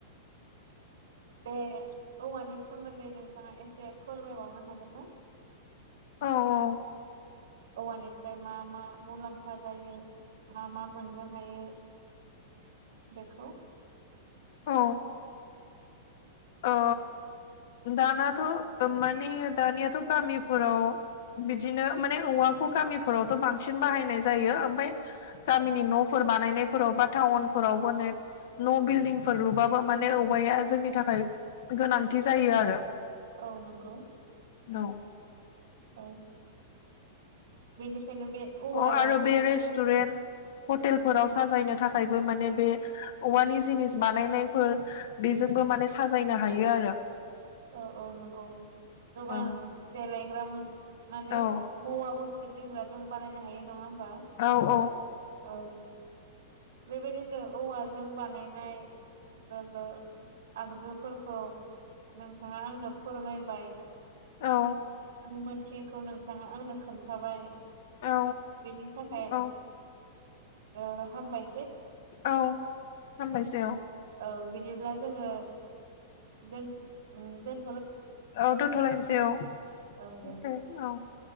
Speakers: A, on the right; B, on the left.
A: बे औवानि सोमोन्दै नोंथाङा एसे फोरमायबावनो हागोन ना?
B: औ औ
A: औवानिफ्राय मा मा मुलाम्फा जायो। मा मा मोननो हायो बेखौ
B: अ अ दानाथ' माने दानियाथ' गामिफोराव बिदिनो माने औवाखौ गामिफोरावथ' बांसिन बाहायनाय जायो ओमफाय गामिनि न'फोर बानायनायफोराव बा टाउनफोरावबो नै न' बिल्डिंफोर लुबाबो माने औवाया जोंनि थाखाय गोनांथि जायो आरो
A: औ नंगौ
B: न'
A: औ बेनिखायनो बे औवाया
B: अ आरो बे
A: जोंनि
B: रेस्टुरेन्ट हटेलफोराव साजायनो थाखायबो माने बे औवानि जिनिस बानायनायफोर बेजोंबो माने साजायनो हायो आरो।
A: औ औ नंगौ गोबां
B: औ
A: देलायग्रा माने
B: औ
A: मुवा बुस्थु दोनग्रा जों बानायनो हायो नङा होमबा।
B: औ औ
A: औ बेबायदिनो औवाजों बानायनाय आगजुफोरखौ नोंथाङा आंनो फोरमायबाय
B: औ
A: आं मोनथियैखौ नोंथाङा आंनो खोन्थाबाय।
B: औ
A: बेनि थाखाय
B: औ
A: ओ हामबाय
B: औ हामबायसै औ।
A: औ बिदिब्ला जोङो दोन ओ दोन
B: औ दोथ' लायनोसै औ ।
A: औ दे
B: <unintelligible> औ